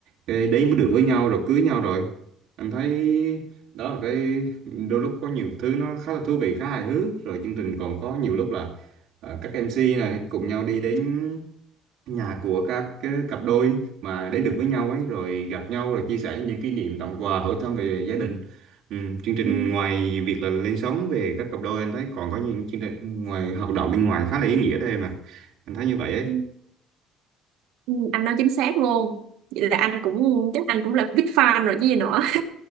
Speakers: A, on the right; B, on the right.
A: cái đấy mới được với nhau rồi cưới nhau rồi anh thấy đó là cái đôi lúc có nhiều thứ nó khá là thú vị khá hài hước rồi chương trình còn có nhiều lúc là ờ, các MC này cùng nhau đi đến nhà của các cái cặp đôi mà đến được với nhau ấy rồi gặp nhau rồi chia sẻ những kỷ niệm tặng quà hỏi thăm về gia đình ừ, chương trình
B: ừ,
A: ngoài việc là lên sóng về các cặp đôi anh thấy còn có những chương trình ngoài hoạt động bên ngoài khá là ý nghĩa đó em à anh thấy như vậy ấy
B: ừ. Ừ, anh nói chính xác luôn vậy là anh cũng chắc anh cũng là big fan rồi chứ gì nữa